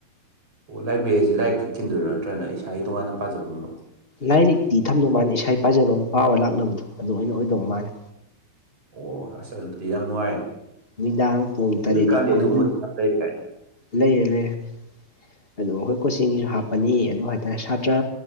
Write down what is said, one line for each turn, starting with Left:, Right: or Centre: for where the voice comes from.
Right: ꯑꯣ ꯂꯥꯏꯕ꯭ꯔꯦꯔꯤꯁ ꯂꯥꯏꯔꯤ ꯀꯛꯈꯤꯗꯣꯏꯣ ꯅꯠꯇ꯭ꯔꯅ ꯏꯁꯥꯒꯤ ꯇꯣꯉꯥꯟꯅ ꯄꯥꯖꯕ ꯑꯃꯔꯣ
Left: ꯂꯥꯏꯔꯤꯛꯇꯤ ꯊꯝꯗꯧ ꯃꯥꯅꯤ ꯏꯁꯩꯥ ꯄꯥꯖꯕ ꯄꯥꯕ ꯂꯥꯛꯅꯕꯗꯣ ꯑꯗꯨ ꯑꯣꯏꯅ ꯑꯣꯏꯗꯧꯕ ꯃꯥꯜꯅꯤ
Right: ꯑꯣ ꯑꯁ ꯑꯗꯨꯗꯤ ꯌꯥꯝ ꯅꯨꯡꯉꯥꯏ
Left: ꯅꯨꯃꯤꯗꯥꯡ ꯄꯨꯡ ꯇꯔꯦꯠꯗꯤ
Right: ꯍꯧꯖꯤꯛꯀꯥꯟꯗꯤ
Left: ꯄꯥꯅ
Right: ꯑꯗꯨꯒꯨꯝꯕꯗꯤ ꯌꯥꯝ ꯂꯩꯔꯦ ꯍꯥꯏꯅꯦ
Left: ꯂꯩꯌꯦ ꯂꯩꯌꯦ ꯑ ꯑꯩꯈꯣꯏ ꯀꯣꯆꯤꯡꯒꯤꯁꯨ ꯍꯥꯞꯄꯅꯤ ꯑꯗꯨ ꯍꯥꯏꯇꯥꯔꯦ ꯁꯥꯇ꯭ꯔ